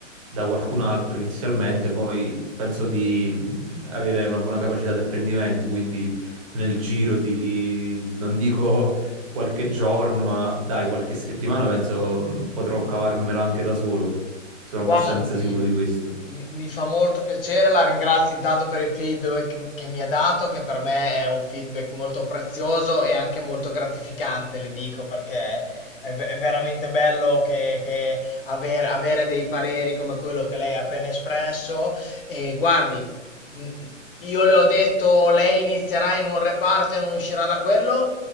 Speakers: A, on the right; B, on the left.
A: da qualcun altro inizialmente, poi penso di mh, avere una buona capacità di apprendimento, quindi nel giro di, non dico qualche giorno, ma dai, qualche settimana penso mh, potrò cavarmela anche da solo. Sono
B: Guardi,
A: abbastanza sicuro di questo.
B: mi mi fa molto piacere, la ringrazio intanto per il feedback che mi ha dato, che per me è un feedback molto prezioso e anche molto gratificante, le dico, perché è, ve- è veramente bello che, che aver- avere dei pareri come quello che lei ha appena espresso. E guardi, mh, io le ho detto, lei inizierà in un reparto e non uscirà da quello.